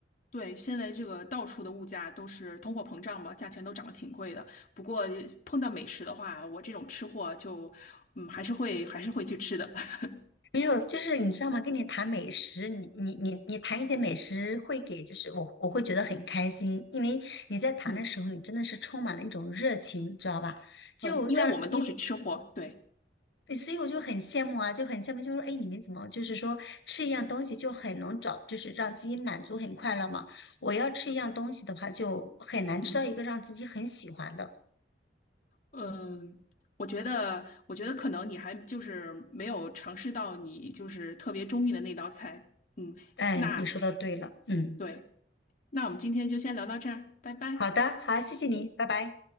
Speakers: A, on the left (about 45°); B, on the left (about 70°).
A: 对，现在这个到处的物价都是通货膨胀嘛，价钱都涨得挺贵的。不过碰到美食的话，我这种吃货就，嗯，还是会还是会去吃的。<laughs>
B: 没有，就是你知道吗？跟你谈美食，你你你你谈一些美食，会给就是我我会觉得很开心，因为你在谈的时候，
A: 嗯
B: 你真的是充满了一种热情，你知道吧？就让你
A: 嗯，因为我们都是吃货，对，
B: 对，所以我就很羡慕啊，就很羡慕，就是说，哎，你们怎么就是说吃一样东西就很能找，就是让自己满足很快乐嘛？我要吃一样东西的话，就很难吃到一个让自己很喜欢的。
A: 嗯。嗯，我觉得，我觉得可能你还就是没有尝试到你就是特别中意的那道菜。嗯，
B: 哎，
A: 那
B: 你说的对了，嗯，
A: 对，那我们今天就先聊到这儿，拜拜。
B: 好的，好，谢谢你，拜拜。